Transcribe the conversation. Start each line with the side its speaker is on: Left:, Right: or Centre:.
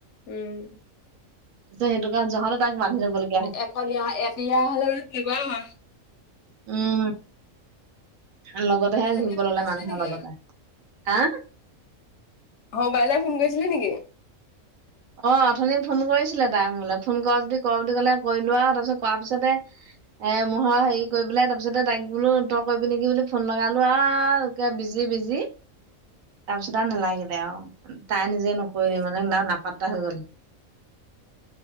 Left: উম।
Right: না সেইটো কাৰণ জাত তাত মানুহ যাব লাগ
Left: এখনীয়া এতিয়া হ'লেও <unintelligible>
Right: উম। লগতেহে
Left: ইজনীয়ে
Right: ঘূৰিব
Left: ফোন
Right: ল'লে
Left: কৰিছিলে
Right: মানুহৰ
Left: নেকি
Right: লগতে হা।
Left: হ বাইলাই ফোন গৈছিলে নেকি?
Right: অ', অথনি ফোন কৰিছিলে তাই মোলে ফোন কৰা যদি কৰ বুলি ক'লে কৰিলোৱা আৰু তাৰপিছত কৰ পিছতে এ মোহৰ হেৰি কৰিব পেলাই তাৰপিছতে তাইক বোলো তই কৰিবি নেকি বুলি ফোন লগালো আৰু কে বিজি বিজি। তাৰপিছত আৰু নালাগে
Left: অ
Right: দে আৰু তাই নিজে নকৰিলে
Left: প্লিজ।
Right: মানে নাপাত তাহল